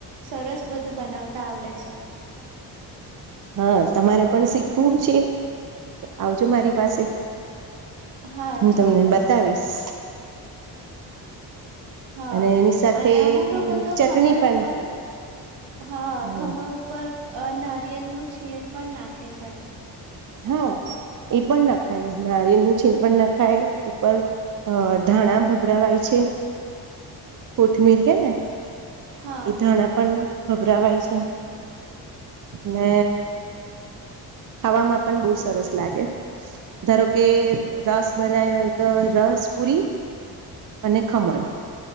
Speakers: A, on the right; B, on the right.
A: સરસ બધું બનાવત <unintelligible> આવડે છે
B: હા તમારે પણ શીખવું છે, આવજો મારી પાસે
A: હા
B: હું
A: ચોક્કસ
B: તમને બતાવીશ.
A: હા
B: અને એની સાથે
A: અને અમુક લોકો તો
B: ચટણી
A: ખમણ
B: પણ
A: ઉપર હા
B: હમ
A: ખમણ ઉપર અ નારિયેલ નું છીણ પણ નાખે છે.
B: હા એ પણ ના ખાય <unintelligible> ન છીન પણ ના ખાય ઉપર ધાણા ભભરાવાય છે. કોથમીર એ
A: હા
B: ધાણા પણ ગભરાવાય છે, ને ખાવામાં પણ બહુ સરસ લાગે ધારો કે રસ બનાવ હોય તો રસ પુરી અને ખમણ